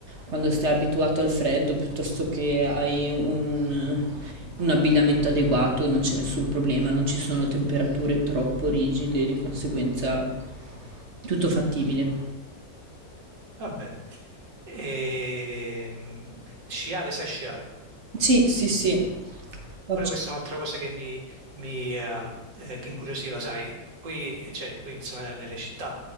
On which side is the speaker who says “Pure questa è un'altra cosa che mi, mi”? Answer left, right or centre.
Right